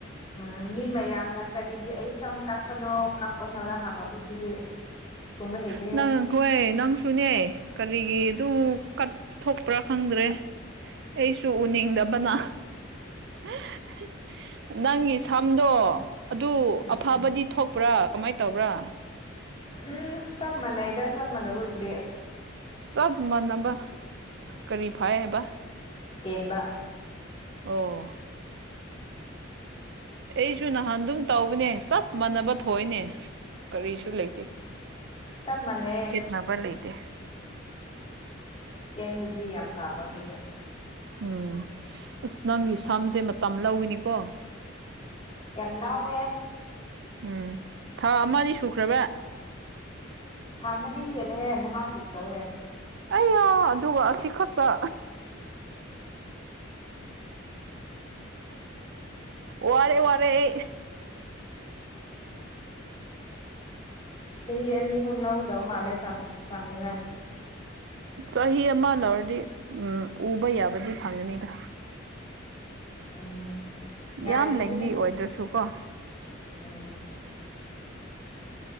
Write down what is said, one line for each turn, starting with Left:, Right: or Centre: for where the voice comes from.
Left: ꯎꯝ ꯃꯤ ꯃꯌꯥꯝꯅ ꯀꯔꯤꯒꯤ ꯑꯩ ꯁꯝ ꯀꯛꯄꯅꯣ ꯀꯛꯄꯅꯣꯅ ꯍꯪꯉꯛꯄ ꯗꯨꯗꯤ ꯈꯨꯝꯕ ꯍꯩꯇꯦꯍꯦ
Right: ꯅꯪ ꯍꯣꯏ ꯅꯪꯁꯨꯅꯦ ꯀꯔꯤꯒꯤ ꯑꯗꯨ ꯀꯠꯊꯣꯛꯄ꯭ꯔꯥ ꯈꯪꯗ꯭ꯔꯦ ꯑꯩꯁꯨ ꯎꯅꯤꯡꯗꯕꯅ <inaudible> ꯅꯪꯒꯤ ꯁꯝꯗꯣ ꯑꯗꯨ
Left: ꯎꯝ
Right: ꯑꯐꯕꯗꯤ ꯊꯣꯛꯄ꯭ꯔꯥ ꯀꯃꯥꯏ ꯇꯧꯕ꯭ꯔꯥ
Left: ꯎꯝ ꯆꯞ ꯃꯥꯟꯅꯩꯗ ꯆꯞ ꯃꯅꯕꯕꯨꯗꯤ
Right: ꯆꯞ ꯃꯅꯕ ꯀꯔꯤ ꯐꯥꯏ ꯍꯥꯏꯕ
Left: ꯄꯦꯟꯕ
Right: ꯑꯣ ꯑꯩꯁꯨ ꯅꯍꯥꯟ ꯑꯗꯨꯝ ꯇꯧꯕꯅꯦ ꯆꯞ ꯃꯥꯟꯅꯕ ꯊꯣꯛꯏꯅꯦ ꯀꯔꯤꯁꯨ ꯂꯩꯇꯦ
Left: ꯆꯞ ꯃꯥꯅꯩꯌꯦ
Right: ꯅꯕꯥꯏ ꯂꯩꯇꯦ
Left: ꯀꯦꯟꯕꯗꯤ ꯌꯥꯝ ꯐꯕ <unintelligible>
Right: ꯎꯝ ꯑꯁ ꯅꯪꯒꯤ ꯁꯝꯁꯦ ꯃꯇꯝ ꯂꯧꯋꯤꯅꯤꯀꯣ꯫
Left: ꯌꯥꯝ ꯂꯧꯑꯦ꯫
Right: ꯎꯝ ꯊꯥ ꯑꯃꯥꯗꯤ ꯁꯨꯈ꯭ꯔꯕ꯫
Left: ꯊꯥ ꯃꯔꯤ ꯍꯦꯟꯂꯦꯍꯦ ꯃꯉꯥ ꯁꯨꯗꯧꯔꯦ꯫
Right: ꯑꯩꯌꯥ ꯑꯗꯨꯒ ꯑꯁꯤ ꯈꯛꯇ꯫ ꯋꯥꯔꯦ ꯋꯥꯔꯦ ꯑꯩ꯫
Left: ꯆꯍꯤ ꯑꯅꯤ ꯑꯍꯨꯝ ꯂꯧꯒꯗꯕ ꯃꯥꯜꯂꯦ ꯆꯥꯡ ꯆꯥꯡꯅꯤꯉꯥꯏ꯫
Right: ꯆꯍꯤ ꯑꯃ ꯂꯧꯔꯗꯤ ꯎꯝ ꯎꯕ ꯌꯥꯕꯗꯤ ꯐꯪꯒꯅꯤꯗ꯫
Left: ꯎꯝ ꯉꯥꯏꯔꯤꯕꯅꯦ
Right: ꯌꯥꯝ ꯂꯦꯡꯗꯤ ꯑꯣꯏꯗ꯭ꯔꯁꯨ ꯀꯣ꯫
Left: ꯎꯝ